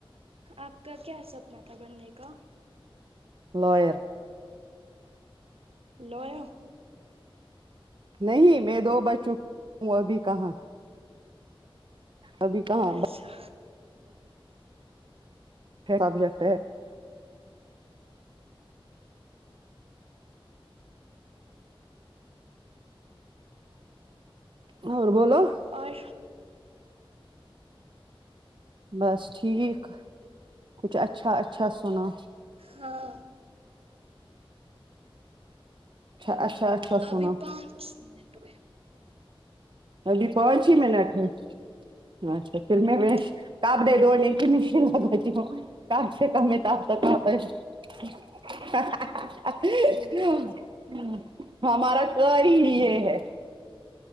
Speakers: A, on the right; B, on the right.
A: آپ کا کیا سپ نا تھا بننے کا
B: لائر
A: لائر
B: نہیں میں دو بچ چک ہوں ابھی کہاں ابھی کہاں
A: اچھا
B: <unintelligible> اور بولو
A: اور
B: بس ٹھیک کچھ اچھا اچھا سنا
A: ہاں
B: اچھا اچھا سنا
A: ابھی پانچ منٹ ہوے
B: ابھی پانچ ہی منٹ ہے <unintelligible>
A: ہوں
B: <unintelligible>
A: ٹھیک
B: ہمارا کر ہی یہ ہے